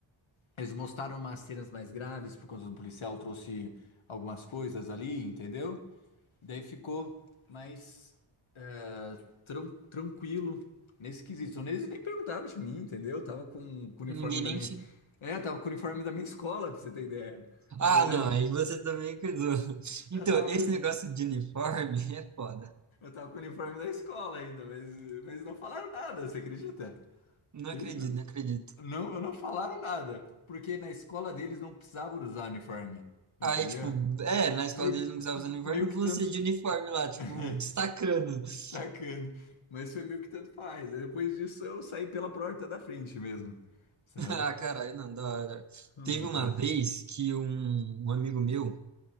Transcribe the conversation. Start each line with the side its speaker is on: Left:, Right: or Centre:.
Left: eles mostraram umas cenas mais graves por conta do policial, trouxe algumas coisas ali, entendeu? Daí ficou mais ah, tran tranquilo nesse quesito. Então, Eles nem perguntaram de mim, entendeu? Eu tava com, com o uniforme
Right: Ninguém
Left: da
Right: nem
Left: minha.
Right: te.
Left: É, eu tava com o uniforme da minha escola, pra você ter ideia. Entendeu?
Right: Ah, não, aí você também cuidou.
Left: Eu
Right: Então,
Left: tava
Right: esse
Left: com, eu
Right: negócio de uniforme <laughs> é foda.
Left: tava com o uniforme da escola ainda, mas, mas não falaram nada, você acredita?
Right: Não
Left: Eles
Right: acredito,
Left: que não-
Right: não acredito.
Left: não, não falaram nada, porque na escola deles não precisava usar uniforme, entendeu?
Right: Aí, tipo, é, na escola
Left: Meio
Right: dele
Left: que,
Right: não precisava usar uniforme,
Left: meio
Right: você
Left: que tanto.
Right: de uniforme
Left: <laughs>
Right: lá, tipo,
Left: <laughs>
Right: destacando. <laughs>
Left: destacando. Mas foi meio que tanto faz. Aí depois disso eu saí pela porta da frente mesmo, sabe?
Right: Ah, caralho, não, da hora.
Left: Uhum,
Right: Teve uma vez que um um amigo meu.